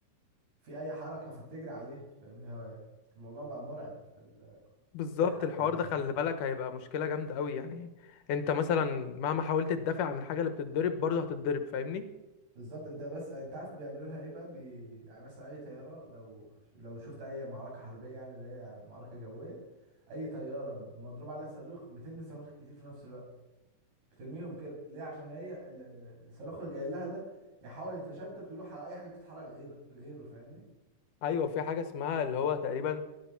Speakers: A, on the right; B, on the left.
A: في اي حركة فبتجري عليها فاهمني هو الموضوع بقى مرعب في
B: بالظبط
A: التحكم
B: الحوار
A: يعني
B: ده خلي بالك هيبقى مشكلة جامدة قوي يعني انت مثلا مهما حاولت تدافع عن الحاجة اللي بتتضرب برضه هتتضرب فاهمني
A: بالظبط انت بس انت عارف بيعملوا لها ايه بقى بي... يعني مثلا اي طياره لو لو شفت اي معركه حربيه يعني اللي هي معركه جويه اي طياره مضروب عليها صاروخ بترمي صواريخ كتير في نفس الوقت بترميهم كده ليه عشان هي ال- ال- الصاروخ اللي جاي لها ده يحاول يتشتت ويروح على اي حاجه بتتحرك غير غيره فاهمني
B: ايوه في حاجة اسمها اللي هو تقريبا